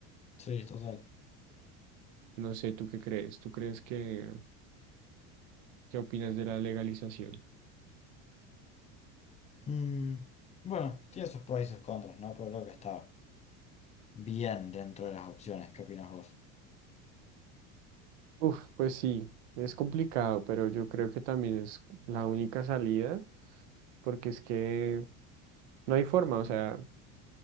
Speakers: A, on the left; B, on the right.
A: Sí, total.
B: No sé, ¿tú qué crees? ¿Tú crees que, qué opinas de la legalización?
A: Mm, Bueno, tiene sus pros y sus contras, ¿no? Pero creo que está. bien dentro de las opciones. ¿Qué opinas vos?
B: Uf, pues sí, es complicado, pero yo creo que también es la única salida, porque es que no hay forma, o sea,